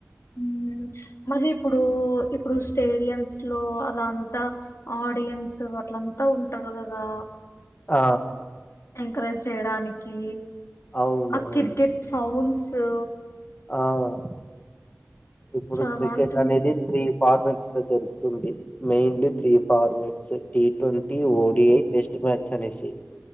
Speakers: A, on the left (about 80°); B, on the left (about 35°).
A: ఉమ్ మరి ఇప్పుడూ ఇప్పుడు స్టేడియమ్స్ లో అలా అంతా ఆడియన్స్ అట్ల అంతా ఉంటరు కదా.
B: ఆ
A: ఎంకరేజ్ చేయడానికీ
B: అవునవును.
A: ఆ కిర్కెట్ సౌండ్ సూ
B: అవు అవ్ ఇప్పుడు
A: చాలా
B: క్రికెట్
A: బావుంటుంది.
B: అనేది త్రీ ఫార్మెట్స్ జరుగుతుంది mainly three formats T twenty, O D I test match అనేసి